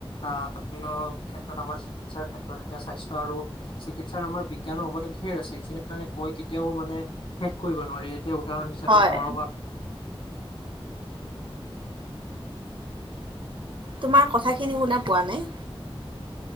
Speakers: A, on the left; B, on the right.
A: আহ বিভিন্ন ক্ষেত্ৰত আমাৰ চিকিৎসা ক্ষেত্ৰত এতিয়া স্বাস্থ্য আৰু চিকিৎসাৰ আমাৰ বিজ্ঞানৰ অৱদান ধেৰ আছে। এইখিনি মানে কৈ কেতিয়াও মানে শেষ কৰিব নোৱাৰি। এতিয়া উদাহৰণ হিচাপে
B: হয়
A: দৰৱৰ
B: তোমাৰ কথাখিনি শুনা পোৱা নাই।